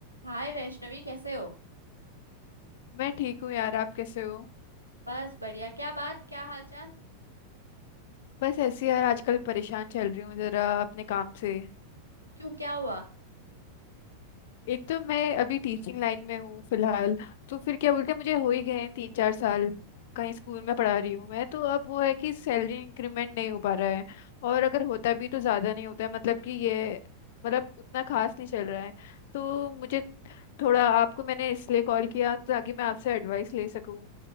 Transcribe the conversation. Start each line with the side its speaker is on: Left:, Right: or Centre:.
Right: हाय वैष्णवी कैसे हो
Left: मैं ठीक हूँ यार आप कैसे हो
Right: बस बढ़िया क्या बात क्या हाल चाल
Left: बस ऐसे ही यार आजकल परेशान चल रही हूँ जरा अपने काम से
Right: क्यों क्या हुआ
Left: एक तो मैं अभी टीचिंग लाइन में हूँ फिलहाल तो फिर क्या बोलते हैं मुझे हो ही गए हैं तीन चार साल कहीं स्कूल में पढ़ा रही हूँ मैं तो अब वो है कि सैलरी इंक्रीमेंट नहीं हो पा रहा है और अगर होता भी तो ज़्यादा नहीं होता है मतलब कि ये मतलब उतना खास नहीं चल रहा है तो मुझे थोड़ा आपको मैंने इसलिए कॉल किया ताकि मैं आपसे एडवाइस ले सकूँ